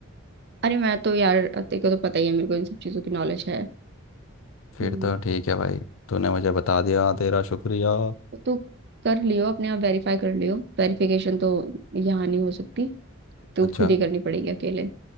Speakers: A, on the right; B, on the left.
A: अरे मैं तो यार तेरे को तो पता ही है मेरे को इन सब चीजों की नॉलेज है
B: फिर
A: हम्म,
B: तो ठीक है भाई तूने मुझे बता दिया तेरा शुक्रिया
A: तो तू कर लियो अपने आप वेरीफाई कर लियो वेरिफिकेशन तो यहाँ नहीं हो सकती तो
B: अच्छा
A: खुद ही करनी पड़ेगी अकेले